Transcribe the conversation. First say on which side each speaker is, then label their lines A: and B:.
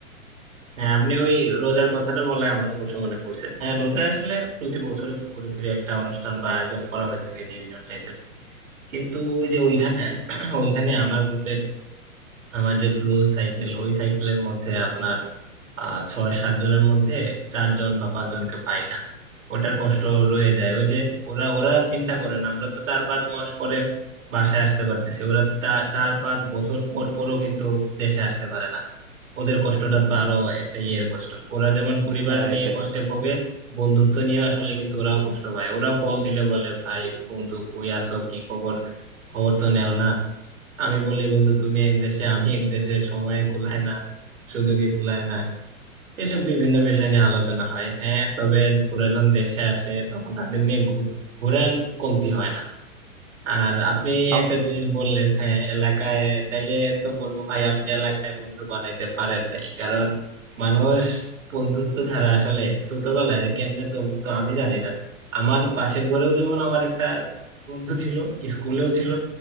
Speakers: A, on the right; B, on the right.
A: হ্যাঁ আপনি ওই রোজার কথাটা বলে আমার অবশ্য মনে পড়ছে হ্যাঁ রোজা আসলে প্রতি বছরে ঘুরে ফিরে একটা অনুষ্ঠান বা আয়োজন করা হয়ে থাকে রিউনিয়ন টাইপের কিন্তু ওই যে ওইখানে ওইখানে আমার গ্রুপের আমার যে ক্লোজ সাইকেল ওই সাইকেলের মধ্যে আপনার আহ ছয় সাত জনের মধ্যে চারজন বা পাঁচজনকে পাই না ওটার কষ্ট রয়ে যায় ওই যে ওরা ওরা চিন্তা করেন আমরা তো চার পাঁচ মাস পরে বাসায় আসতে পারতেছি ওরা তা- চার পাঁচ বছর পর পরও কিন্তু দেশে আসতে পারে না ওদের কষ্টটা তো আরো একটা ইয়ের কষ্ট ওরা যেমন পরিবার
B: হ্যাঁ
A: নিয়ে
B: এটাই
A: কষ্টে ভোগে বন্ধুত্ব নিয়ে আসলে কিন্তু ওরাও কষ্ট পায় ওরাও কল দিলে বলে ভাই বন্ধু কই আছো কি খবর খবর তো নেও না আমি বলি বন্ধু তুমি এক দেশে আমি এক দেশে সময়ে কুলায় না সুযোগে কুলায় না এসব বিভিন্ন বিষয় নিয়ে আলোচনা হয় হ্যাঁ তবে ওরা যখন দেশে আসে তখন তাদের নিয়ে ঘুর- ঘুরার কমতি হয় না আর আপনি
B: আমা-
A: একটা জিনিস বললেন হ্যাঁ এলাকায় তাইলে তো বলবো ভাই আপনি এলাকায় বন্ধু বানাইতে পারেন নাই কারণ মানুষ বন্ধুত্ব ছাড়া আসলে ছোটবেলায় যে কেমনে চলতো আমি জানি না আমার পাশের ঘরেও যেমন আমার একটা বন্ধু ছিল স্কুলেও ছিল